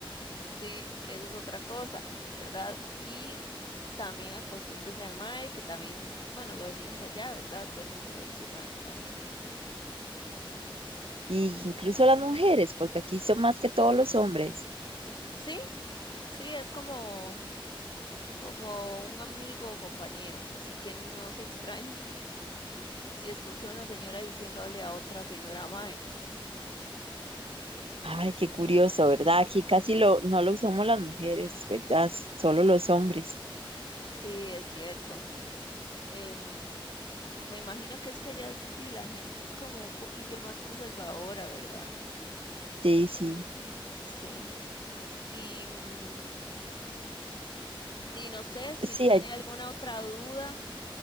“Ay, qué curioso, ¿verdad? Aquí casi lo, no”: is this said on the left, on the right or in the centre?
Right